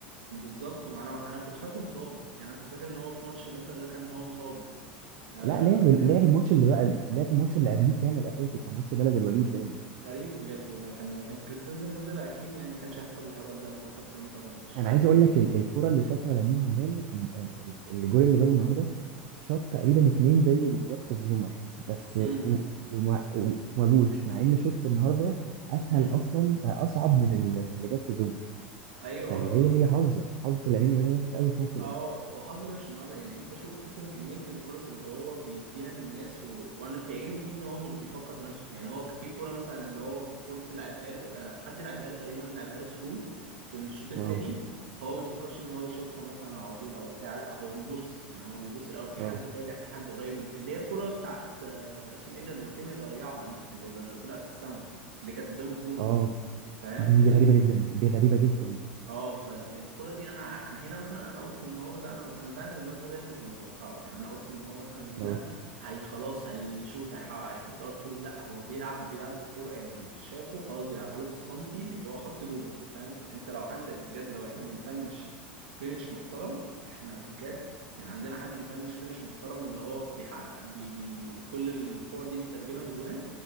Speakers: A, on the right (about 80°); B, on the right (about 65°).
A: بالظبط ما انا انا كنت فاكره مصاب يعني انا كنت فاكر ان هو في ماتش الانتر ده كان هو مصاب آه
B: لا لعب
A: ما
B: لعب
A: كان
B: الماتش اللي بقى لعب الماتش اللي قبليه كامل اساسي كان ماتش بلد الوليد باين
A: غريب بجد والله كان لو كان كريستنسن نزل اكيد يعني ما كانش هيحصل الهبل ده اللي حصل في انتر ومش
B: انا
A: عارف
B: عايز اقول
A: ايه
B: لك ال- الكرة اللي شاطها لامين يامال ال- ال- ال- الجول اللي جابه النهارده شاط تقريبا اتنين زيه بالظبط في زومر بس
A: امم
B: و- و- وما و- وما جوش مع ان شوط النهارده اسهل
A: امم
B: اصلا اصعب من ال- من اللي جت في زومر
A: ايوه
B: فاللي
A: اه
B: هي هي حظ حظ لامين يامال وحش قوي في ماتش
A: اه
B: الانتر
A: هو حظه وحش النهارده يعني انت شوف اصلا كميه الفرص اللي هو بيديها للناس و... وانا بيعجبني فيه ان هو مش بيفكر في نفسه يعني هو في كوره مثلا اللي هو فورت لعبها له آه، حد لعبها له تقريبا لعبها له ثرو في الشوط الثاني
B: اه
A: هو ما فكرش ان هو يشوطها مثلا على طول او بتاع لا هو بيبص يعني هو بيبص الاول في
B: اه
A: حد فاتح في حد قريب اللي هي الكوره بتاعت آه، اسمه ايه ده اللي رافينيا ضيعها دي اللي ده طلع في السما اللي كانت قدام الجون
B: اه
A: فاهم
B: دي دي غريبة جدا دي غريبة جدا
A: اه فالكرة دي انا ع- انا هنا مثلا انا قلت ان هو مثلا انا انا فعلا الواد ده دايما مش متوقعه يعني انا قلت ان هو مثلا هنا
B: اه
A: هي خلاص هيشوط هيح- هيحط ار2 لا هو بيلعب بيلعب الكوره يعني شافه خلاص بيلعبها له بالسنتي اللي هو حط جون فاهم انت لو عندك بجد لو احنا بنفنش فينش محترم احنا بجد يعني عندنا حد بيفنش فينش محترم اللي هو بيحقق بي بي كل الكور دي بيترجمها لجوان